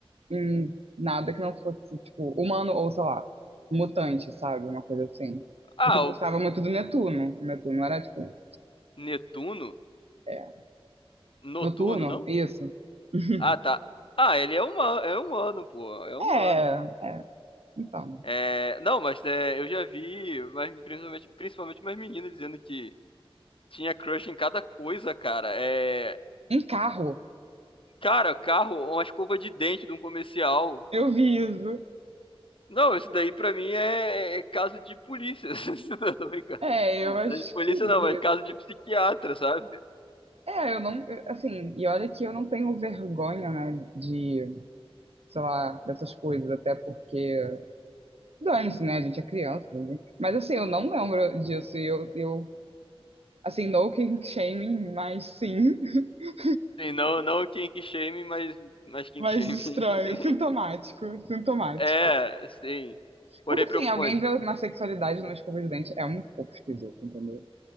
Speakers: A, on the right; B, on the left.
A: em nada que não fosse, tipo, humano ou, sei lá, mutante, sabe? Uma coisa assim.
B: Ah,
A: Porque eu gostava
B: o
A: muito do Netuno. O Netuno era, tipo,
B: Netuno?
A: é,
B: Noturno,
A: Noturno,
B: não?
A: isso. <laughs>
B: Ah, tá. Ah, ele é humano, é humano, pô, é humano.
A: É, é, então.
B: É, não, mas é, eu já vi, mas principalmente, principalmente umas meninas dizendo que tinha crush em cada coisa, cara. É,
A: Em carro,
B: cara, carro, uma escova de dente de um comercial.
A: eu vi isso.
B: Não, isso daí pra mim é é caso de polícia. <laughs> Eu Tô brincando.
A: É, eu acho
B: De polícia
A: que vi.
B: não, mas caso de psiquiatra, sabe?
A: É, eu não, assim, e olha que eu não tenho vergonha, né, de sei lá, dessas coisas, até porque dane-se, né? A gente é criança. né? Mas assim, eu não lembro disso. E eu, eu assim, no kink shaming, mas sim. <laughs>
B: Sim, não, não kink shame, mas, mas kink
A: Mas
B: shame.
A: estranho,
B: <laughs>
A: sintomático, sintomático.
B: É, sim. Porém
A: Porque assim,
B: preocupante.
A: alguém vê uma sexualidade numa escova de dente é um pouco esquisito, entendeu?